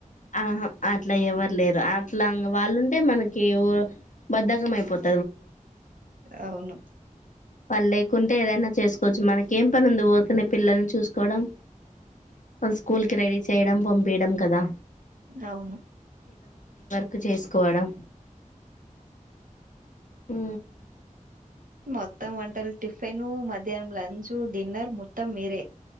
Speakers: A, on the left; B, on the right.
A: ఆహా అట్లా ఎవరు లేరు అట్లా వాళ్ళుంటే మనకి బద్దకం అయిపోతుంది
B: అవును
A: పని లేకుంటే ఏదైనా చేసుకోవచ్చు మనకి ఇకేం పనింది ఊరుకునే పిల్లల్ని చూసుకోవడం స్కూల్ కి రెడీ చేయడం పంపయడం కదా
B: అవును
A: కు చేసుకోవడం అ
B: మొత్తం వంటారు టిఫిన్ మధ్యాహ్నం లంచ్ డిన్నర్ మొత్తం మీరే